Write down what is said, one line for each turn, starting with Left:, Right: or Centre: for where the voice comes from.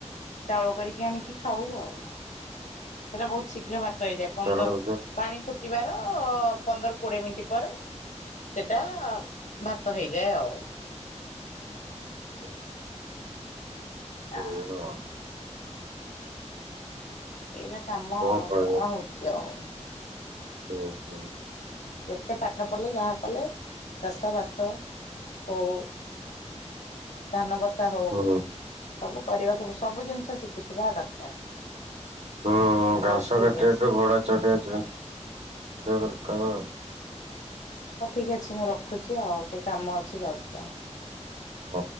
Left: ଚାଉଳ କରିକି ଆଣିକି ଖାଉ ଆଉ। ସେଇଟା ବହୁତ ଶୀଘ୍ର ଭାତ ହେଇଯାଏ, ପନ୍ଦର
Right: ଚାଉଳ
Left: ପାଣି ଫୁଟିବାର ପନ୍ଦର କୋଡିଏ ମିନିଟ ପରେ ସେଇଟା ଭାତ ହେଇଯାଏ ଆଉ।
Right: <inaudible> ସେଇ
Left: ଆ
Right: ତ
Left: ଏଇଟା କାମ
Right: ଆଉ କଣ
Left: କରା ହୋଉଚି ଆଉ।
Right: ଓହୋ।
Left: ଯେତେ ପାଠ ପଢ଼ିଲେ ଯାହା କଲେ ଚାଷବାସ ହଉ ଧାନ ବସା ହଉ,
Right: ହୁଁ
Left: ସବୁ କରିବାକୁ ସବୁ ଜିନିଷ ଶିଖିଥିବା ଦରକାର।
Right: ହୁଁ ଘାସ
Left: ହଉ ଠିକ୍
Right: କାଟିବାଠୁ
Left: ଅଛି
Right: ଘୋଡା ଚଢିଆ ଦରକାର ଆଉ।
Left: ହଉ ଠିକ ଅଛି ମୁଁ ରଖୁଛି ଆଉ, ଟିକେ କାମ ଅଛି ଯାଉଛି ଆଉ।
Right: ହଁ